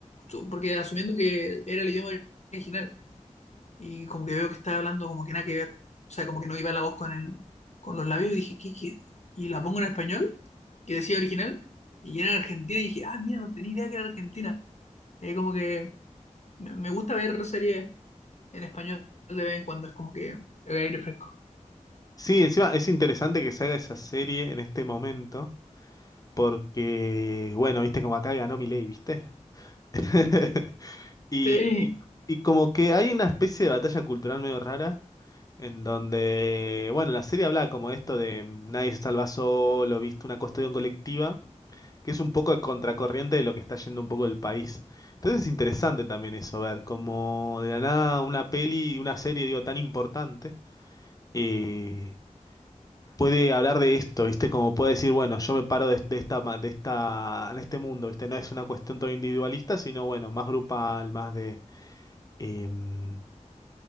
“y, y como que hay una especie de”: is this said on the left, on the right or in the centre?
Left